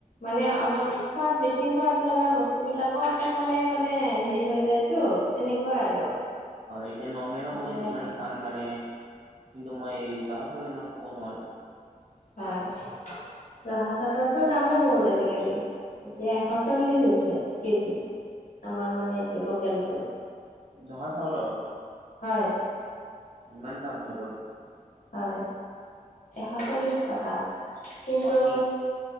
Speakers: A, on the left; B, on the right.
A: মানে অলপ সোৱাদ বেছি সোৱাদ লগা বস্তুবিলাক কমকে খালে মানে হেৰি হৈ যায়তো। তেনেকুৱা আৰু।
B: হয়, এতিয়া নৰ্মেলত
A: আপোনাৰ
B: মই যিমান
A: চাগে
B: খাম মানে কিন্তু মই জহা চাউলত ইমান খাব নোৱাৰোঁ।
A: হয়। জহা চাউলৰো দামো বহুত আজিকালি, এতিয়া এশ চল্লিশ হৈছে কেজি। আমাৰ মানে এইটো লোকেলটো।
B: জহা চাউলৰ?
A: হয়।
B: ইমান দাম হৈ গ'ল
A: হয়, এশ চল্লিশ টকা। কিন্তু
B: কি,